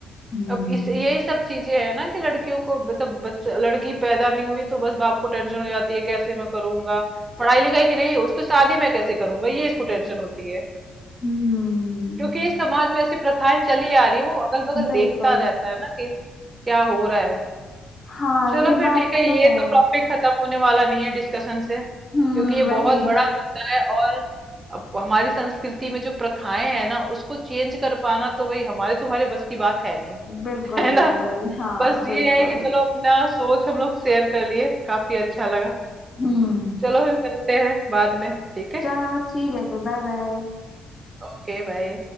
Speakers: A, on the left; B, on the right.
A: हम्म
B: अब इस यही सब चीजें हैं ना कि लड़कियों को मतलब बच्चा लड़की पैदा नहीं हुई तो बस बाप को टेंशन हो जाती है कैसे मैं करूंगा पढ़ाई लिखाई की नहीं उसकी शादी मैं कैसे करूंगा ये इसको टेंशन होती है
A: हम्म
B: क्योंकि ये समाज में ऐसी प्रथाएं चली आ रही है वो अगल बगल
A: बिल्कुल
B: देखता रहता है ना कि क्या हो रहा है
A: हाँ
B: चलो
A: ये
B: फिर
A: बात
B: ठीक है ये
A: तो है
B: तो टॉपिक खत्म होने वाला नहीं है डिस्कशन से क्योंकि
A: हम्म
B: ये
A: वही
B: बहुत बड़ा मुद्दा है और अब हमारी संस्कृति में जो प्रथाएं हैं ना उसको चेंज कर पाना तो भाई हमारे तुम्हारे बस की बात है नहीं
A: बिल्कुल
B: <laughs> है
A: बिल्कुल
B: ना
A: हाँ
B: बस
A: बिल्कुल
B: ये है कि चलो अपना सोच हम लोग शेयर कर लिए काफी अच्छा लगा
A: हम्म
B: चलो फिर मिलते हैं बाद में ठीक है
A: चलो ठीक है फिर बाय बाय
B: Okay bye